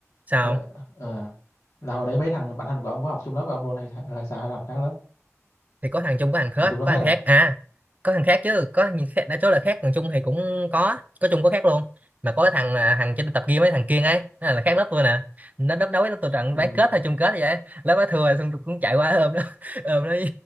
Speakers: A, on the right (about 30°); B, on the left (about 80°).
A: sao
B: hồi đấy,
A: không?
B: ờ, là hồi đấy mấy thằng bạn thân của ông có học chung lớp với ông luôn hay, hay sao hay là học khác lớp
A: thì có thằng chung có thằng khác
B: học chung lớp
A: có
B: hết
A: thằng
B: à
A: khác à có thằng khác chứ có thằng khác đã chốt là khác thằng chung thì cũng có có chung có khác luôn mà có cái thằng là thằng trên tập gym mấy thằng kia ấy nó là khác lớp tôi nè nó đớp đấu với lớp tôi trận
B: ừ.
A: bán kết hay chung kết vậy ấy. lớp nó thua rồi, xong tôi cũng chạy qua ôm nó <laughs> ôm nó